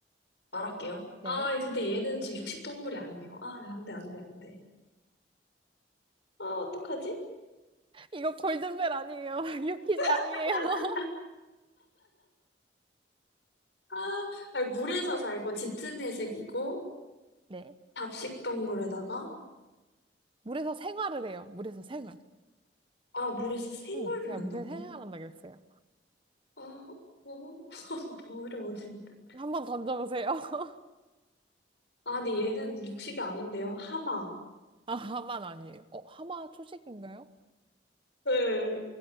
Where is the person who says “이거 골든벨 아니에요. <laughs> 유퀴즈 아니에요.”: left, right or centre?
Right